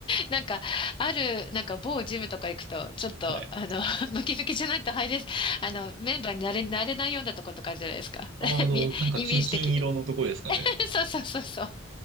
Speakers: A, on the left; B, on the right.
A: なんか、ある、なんか某ジムとか行くと、ちょっと、
B: はい。
A: あの、<laughs> ムキムキじゃないと入れ、あの、メンバーになれ、なれないようなとことかあるじゃないですか。
B: あ、
A: <laughs>
B: あの、
A: みイメージ的に。
B: なんか金、金色のとこですかね。
A: <laughs> そうそうそうそう。